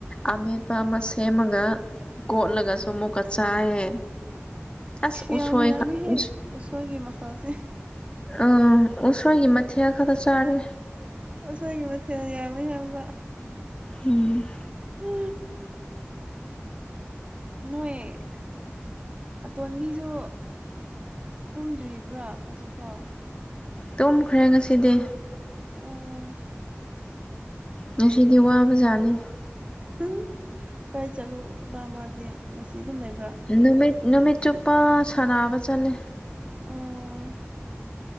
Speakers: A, on the left; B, on the right.
A: ꯑꯃꯦꯠꯄ ꯑꯃ ꯁꯦꯝꯃꯒ ꯀꯣꯠꯂꯒꯁꯨ ꯑꯃꯨꯛꯀ ꯆꯥꯏꯌꯦ꯫ ꯑꯁ
B: ꯌꯥꯝ
A: ꯎꯁꯣꯏꯒ
B: ꯌꯥꯝꯃꯤꯍꯦ
A: ꯎꯁꯣꯏ
B: ꯎꯁꯣꯏꯒꯤ ꯃꯈꯜꯁꯦ
A: ꯑ ꯎꯁꯣꯏꯒꯤ ꯃꯊꯦꯜ ꯈꯛꯇ ꯆꯥꯔꯦ
B: ꯑꯁꯣꯏꯒꯤ ꯃꯊꯦꯜꯅ ꯌꯥꯝꯃꯦ ꯍꯥꯏꯕꯥ
A: ꯎꯝ
B: ꯍꯥ ꯅꯣꯏ ꯑꯇꯣꯟꯕꯤꯁꯨ ꯇꯨꯝꯗ꯭ꯔꯤꯕ꯭ꯔꯣ ꯍꯧꯖꯤꯛꯐꯥꯎ
A: ꯇꯨꯝꯈ꯭ꯔꯦ ꯉꯁꯤꯗꯤ
B: ꯑꯣ
A: ꯉꯁꯤꯗꯤ ꯋꯥꯕꯖꯥꯠꯅꯤ
B: ꯍꯨꯝ ꯀꯥꯏ ꯆꯠꯂꯨꯕ ꯃꯥꯗꯤ ꯉꯁꯤ ꯑꯗꯨꯝ ꯂꯩꯕ꯭ꯔꯥ
A: ꯅꯨꯃꯤꯠ ꯅꯨꯃꯤꯠ ꯆꯨꯞꯄ ꯁꯥꯟꯅꯕ ꯆꯠꯂꯦ
B: ꯑꯣ